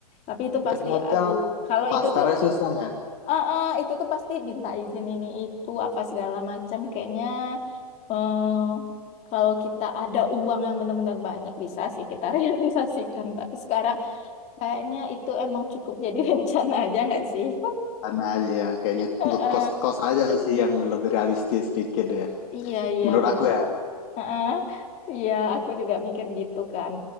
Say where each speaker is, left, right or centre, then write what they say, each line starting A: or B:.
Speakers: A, on the left (about 35°); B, on the left (about 50°).
A: Tapi itu pasti,
B: Tapi hotel
A: aduh, kalau
B: pasarnya
A: itu tuh
B: susah ya.
A: ah ah itu tuh pasti minta izin ini itu apa segala macam kayaknya eh, kalau kita ada uang yang benar-benar banyak bisa sih kita <laughs> realisasikan tapi sekarang kayaknya itu emang cukup jadi <laughs> rencana aja nggak sih <laughs>
B: Karena aja ya kayaknya
A: Eh,
B: ngekos-kos
A: eh.
B: aja sih yang lebih realistis sedikit ya.
A: iya iya
B: Menurut
A: benar
B: aku ya.
A: Eh, eh. iya aku juga mikir gitu kan